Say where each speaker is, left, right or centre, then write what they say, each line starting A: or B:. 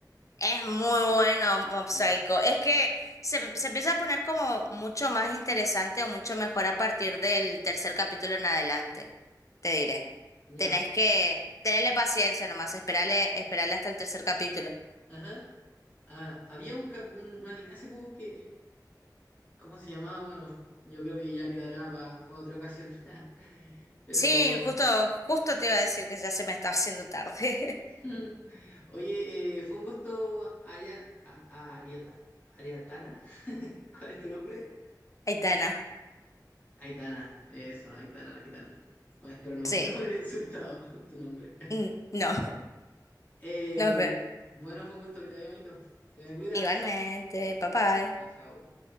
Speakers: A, on the left; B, on the left.
A: Es muy bueno Mob
B: Ya,
A: Psycho. Es que se, se empieza a poner como mucho más interesante o mucho mejor a partir del tercer capítulo en adelante. Te diré.
B: ya.
A: Tenés que tenerle paciencia nomás, esperarle, esperarle hasta el tercer capítulo.
B: Ajá. Ah, había un, cap- un, un anime hace poco que. ¿Cómo se llamaba? Bueno, yo creo que ya quedará para otra ocasión. <laughs> Pero,
A: Sí, justo, justo te iba a decir que ya se me está haciendo tarde.
B: <laughs> oye, eh, fue un gusto, Aria, a- a- Arieta, Ariatana. <laughs> ¿Cuál es tu nombre?
A: <laughs> Aitana.
B: Aitana, eso, Aitana la gitana. Bueno, espero no, <laughs>
A: Sí.
B: no haber insultado <laughs> tu nombre.
A: Mm, No,
B: Eh,
A: nos vemos.
B: bu- bueno, fue un gusto que te vaya bonito. Te me cuidas.
A: Igualmente, papá.
B: Chao, chao.